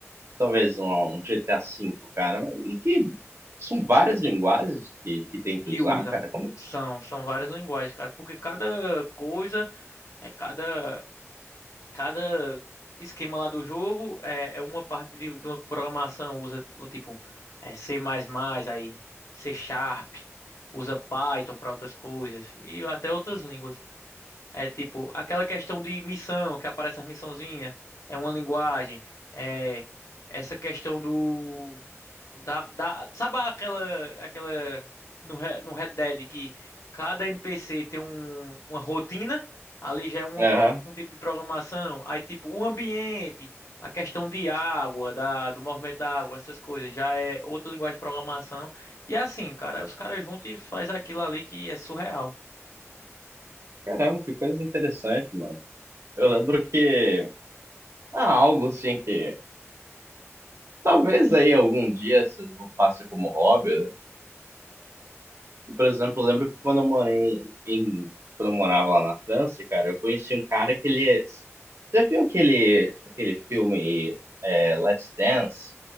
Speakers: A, on the right; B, on the left.
A: talvez um, um GTA V, cara, e que são várias linguagens que, que tem que
B: que
A: usar,
B: usa.
A: cara. Como...
B: São, são várias linguagens, cara. Porque cada coisa, é cada, cada esquema lá do jogo é, é uma parte de, de uma programação. Usa o tipo é C++, aí C Sharp, usa Python para outras coisas e até outras línguas. É tipo, aquela questão de missão, que aparece as missãozinhas, é uma linguagem, é essa questão do da, da sabe aquela aquela no, Re- no Red Dead que cada NPC tem um, uma rotina, ali já é uma,
A: Aham.
B: pro- um tipo de programação, aí tipo o ambiente, a questão de água, da, do movimento da água, essas coisas, já é outra linguagem de programação. E é assim, cara, os caras juntam e faz aquilo ali que é surreal.
A: Caramba, que coisa interessante, mano. Eu
B: É
A: lembro que ah, algo assim que talvez aí algum dia se eu faça como hobby, né? E, por exemplo, eu lembro que quando eu morei em quando eu morava lá na França, cara, eu conheci um cara que ele é, já viu aquele aquele filme é, Let's Dance?